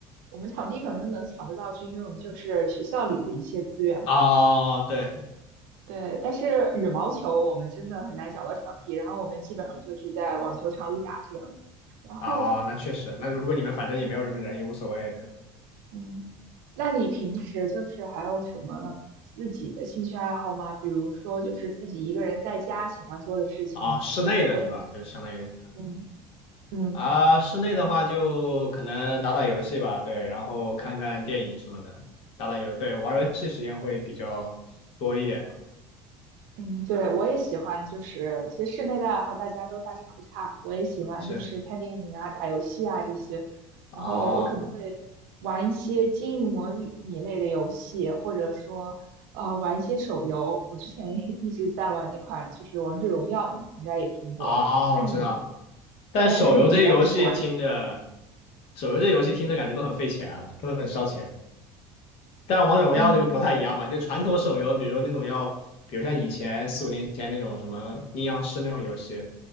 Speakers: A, on the right; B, on the left.
A: 我们场地可能能抢得到，是因为我们就是学校里的一些资源吧。
B: 哦，对，
A: 对，但是羽毛球我们真的很难找到场地，然后我们基本上就是在网球场里打这样。然后，
B: 哦，那确实，那如果你们反正也没有什么人，也无所谓，对，
A: 嗯，那你平时就是还有什么自己的兴趣爱好吗？比如说，就是自己一个人在家喜欢做的事情呢？
B: 啊、室内的是吧？
A: 我，
B: 就相当于
A: 嗯嗯。
B: 啊、室内的话就可能打打游戏吧，对，然后看看电影什么的，打打游，对，玩游戏时间会比较多一点吧，
A: 嗯，对，我也喜欢，就是其实室内的爱好大家都大差不差。我也喜欢就是看电影啊、
B: 是
A: 打游戏啊这些，然后我可能会玩一些经营模拟类的游戏，
B: 啊
A: 或者说呃玩一些手游。我之前 <laughs> 一直在玩那款就是《王者荣耀》，你应该也听过。
B: 啊、
A: 那你
B: 我知道，但手游这些游戏听着，
A: 对，那你一般是玩什么？
B: 手游这些游戏听着感觉都很费钱啊，
A: 嗯
B: 都很烧钱。但是王者荣耀这个不太一样嘛，
A: 嗯，
B: 就传统手游，比如说那种要，比如像以前四五年前那种什么阴阳师那种游戏，